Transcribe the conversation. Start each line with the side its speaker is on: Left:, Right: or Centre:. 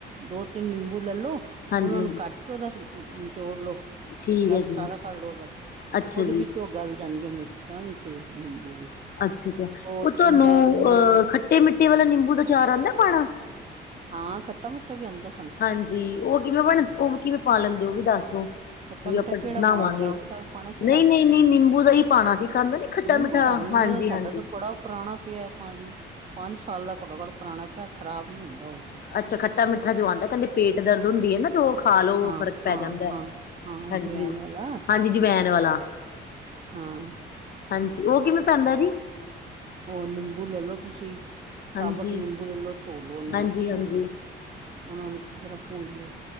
Right: ਦੋ -ਤਿੰਨ ਨਿੰਬੂ ਲੈਲੋ।
Left: ਹਾਂਜੀ
Right: ਉਨਾ ਨੂੰ
Left: ਹਾਂਜੀ
Right: ਕੱਟ ਕੇ ਉਦਾ ਨਿਚੋੜ ਲਓ।
Left: ਠੀਕ
Right: ਰਸ
Left: ਹੈ ਜੀ
Right: ਸਾਰਾ ਕੱਢ ਲਓ ਉਦਾ,
Left: ਅੱਛਾ
Right: ਉਦੇ
Left: ਜੀ
Right: ਵਿੱਚ ਓ ਗੱਲ ਜਾਨਗੀਆਂ ਮਿਰਚਾਂ ਵੀ ਤੇ ਨਿੰਬੂ ਵੀ।
Left: ਅੱਛਾ, ਅੱਛਾ
Right: ਉਹ
Left: ਓ ਤਾਨੂੰ
Right: ਤਿੰਨ ਚਾਰ ਦਿਨਾਂ
Left: ਅ
Right: ਵਿੱਚ
Left: ਖੱਟੇ-ਮਿੱਟੇ ਵਾਲਾ ਨਿੰਬੂ ਦਾ ਚਾਰ ਆਂਦਾ ਪਾਨਾ।
Right: ਹਾਂ, ਖੱਟਾ -ਮੀਠਾ ਵੀ ਆਂਦਾ।
Left: ਹਾਂਜੀ, ਓ ਕਿਵੇਂ ਬਨ, ਓ ਕਿਵੇਂ ਪਾ ਲੈਂਦੇ ਓ? ਓ ਵੀ ਦੱਸ ਦੋ।
Right: ਖੱਟਾ
Left: ਵੀ
Right: ਮਿੱਠਾ
Left: ਆਪਾਂ
Right: ਕਿਹੜਾ
Left: ਬਨਾਵਾਂਗੇ,
Right: ਪਾਉਣਾ ਆਮ ਦਾ ਪਾਉਣਾ ਕਿਹੜਾ
Left: ਨਈ, ਨਈ, ਨਈ ਨਿੰਬੂ ਦਾ ਹੀ ਪਾਨਾ ਸੀ, ਖਾਂਦਾ ਨੀ। ਖੱਟਾ
Right: ਨਿੰਬੂ
Left: ਮਿੱਠਾ
Right: ਦਾ, ਨਿੰਬੂ
Left: ਹਾਂਜੀ
Right: ਦਾ ਸਾਡਾ
Left: ਹਾਂਜੀ
Right: ਤਾਂ ਬੜਾ ਪੁਰਾਣਾ ਪੇਆ। ਪੰਜ, ਪੰਜ ਸਾਲ ਦਾ ਘੱਟੋ-ਘੱਟ ਪੁਰਾਨਾ ਪੇਆ, ਖਰਾਬ ਨੀ ਹੁੰਦਾ ਓ।
Left: ਅੱਛਾ, ਖੱਟਾ-ਮਿੱਠਾ ਜੋ ਆਂਦਾ, ਕਹਿੰਦੇ ਪੇਟ ਦਰਦ ਹੁੰਦੀ ਹੈ ਨਾ ਓ ਖਾ ਲੋ
Right: ਹਾਂ
Left: ਫ਼ਰਕ ਪੈ
Right: ਹਾਂ
Left: ਜਾਂਦਾ,
Right: ਹਾਂ ਹਾਂ
Left: ਹਾਂਜੀ-ਹਾਂਜੀ
Right: ਅਜਵੈਨ ਵਾਲਾ
Left: ਜਵੈਨ ਵਾਲਾ।
Right: ਹਾਂ।
Left: ਹਾਂਜੀ, ਓ ਕਿਵੇਂ ਪੈਂਦਾ ਜੀ?
Right: ਔਰ ਨਿੰਬੂ ਲੈ ਲੋ ਤੁਸੀਂ,
Left: ਹਾਂਜੀ
Right: ਸਾਬਤ ਨਿੰਬੂ ਲੈ ਲਓ, ਧੋ ਲੋ ਉਨਾਂ
Left: ਹਾਂਜੀ
Right: ਨੂੰ ਪੂੰਜ
Left: ਹਾਂਜੀ
Right: ਲੋ ਉਨਾ ਨੂੰ ਅਛੀ ਤਰ੍ਹਾਂ ਪੂੰਜ ਲੋ।